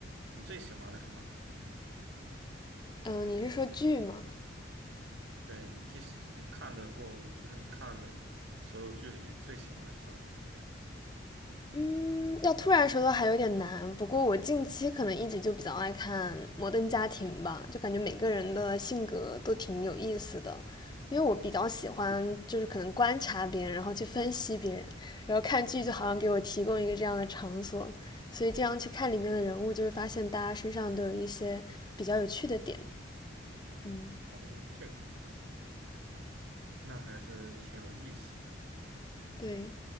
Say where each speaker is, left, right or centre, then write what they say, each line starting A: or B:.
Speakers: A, on the right; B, on the left.
A: 你最喜欢的是哪一个？
B: 嗯、你是说剧吗？
A: 对，你既喜你看的过，就是你看的所有剧里面，你最喜欢的是哪一个？
B: 嗯，要突然说到还有点难，不过我近期可能一直就比较爱看《摩登家庭》吧，就感觉每个人的性格都挺有意思的，因为我比较喜欢就是可能观察别人，然后去分析别人，然后看剧就好像给我提供一个这样的场所，所以经常去看里面的人物，就会发现大家身上都有一些比较有趣的点。嗯，
A: 哦，这个呀，那还是挺有意思的。
B: 对。